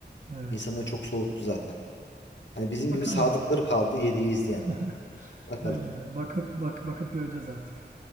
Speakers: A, on the right (about 45°); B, on the left (about 80°).
A: Evet.
B: İnsanları çok soğuttu zaten. Hani bizim
A: Bakalım
B: gibi sadıkları
A: abi.
B: kaldı 7'yi izleyenler.
A: <laughs>
B: Bakalım.
A: Aynen. Bakıp bak bakıp göreceğiz artık.